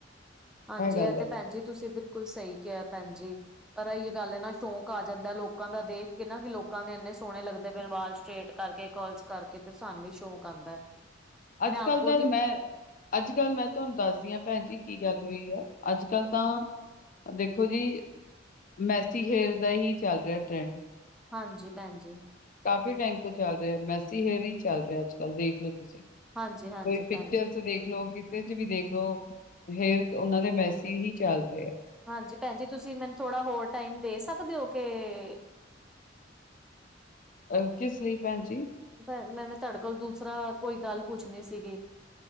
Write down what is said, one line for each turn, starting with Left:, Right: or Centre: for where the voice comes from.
Centre: ਹਾਂਜੀ
Left: ਗੱਲ
Centre: ਇਹ ਤੇ,
Left: ਹੈ
Centre: ਭੈਣ ਜੀ, ਤੁਸੀਂ ਬਿਲਕੁਲ ਸਹੀ ਕਿਹਾ ਭੈਣ ਜੀ। ਪਰ ਇਹੀ ਗੱਲ ਆ ਨਾ ਸ਼ੌਂਕ ਆ ਜਾਂਦਾ ਲੋਕਾਂ ਦਾ ਦੇਖ ਕੇ ਨਾ ਕਿ ਲੋਕਾਂ ਦੇ ਇੰਨੇ ਸੋਹਣੇ ਲੱਗਦੇ ਪਏ ਆ ਵਾਲ ਸਟਰੇਟ ਕਰਕੇ। ਕਰਲਸ ਕਰਕੇ ਫਿਰ ਸਾਨੂੰ ਵੀ ਸ਼ੌਕ ਆਉਂਦਾ।
Left: ਅੱਜ
Centre: ਮੈਂ
Left: ਕੱਲ੍ਹ
Centre: ਅੱਗੋਂ
Left: ਤਾਂ
Centre: ਦੀ
Left: ਮੈਂ। ਅੱਜ ਕੱਲ ਮੈਂ ਤੁਹਾਨੂੰ ਦੱਸਦੀ ਆ ਭੈਣ ਜੀ ਕੀ ਗੱਲ ਹੋਈ ਆ ਅੱਜ ਕੱਲ ਤਾਂ ਆ ਦੇਖੋ ਜੀ, ਮੈਸੀ ਹੇਅਰਸ ਦਾ ਏਹੀ ਚੱਲ ਰਿਹਾ ਟਰੈਂਡ।
Centre: ਹਾਂਜੀ ਭੈਣ ਜੀ।
Left: ਕਾਫੀ ਟਾਈਮ ਤੋਂ ਚੱਲ ਰਿਆ ਮੈਸੀ ਹੇਅਰ ਹੀ ਚੱਲ ਰਿਆ ਅੱਜ ਕੱਲ ਦੇਖ ਲੋ ਤੁਸੀਂ। ਕੋਈ
Centre: ਹਾਂਜੀ ਹਾਂਜੀ
Left: ਪਿਕਚਰਸ
Centre: ਭੈਣ ਜੀ
Left: ਦੇਖ ਲਉ ਕਿ। ਚ ਵੀ ਦੇਖ ਲਉ ਹੇਅਰ ਓਨਾਂ ਦੇ ਮੈਸੀ ਹੀ ਚੱਲ ਰੇ ਐ।
Centre: ਹਾਂਜੀ ਭੈਣ ਜੀ ਤੁਸੀਂ ਮੈਨੂੰ ਥੋੜਾ ਹੋਰ ਟਾਈਮ ਦੇ ਸਕਦੇ ਹੋ? ਕਿ
Left: ਅ ਕਿਸ ਲਈ ਭੈਣ ਜੀ
Centre: ਪਰ ਮੈਂਵੇ ਤੁਹਾਡੇ ਕੋਲ ਦੂਸਰਾ ਕੋਈ ਗੱਲ ਪੁੱਛਣੀ ਸੀਗੀ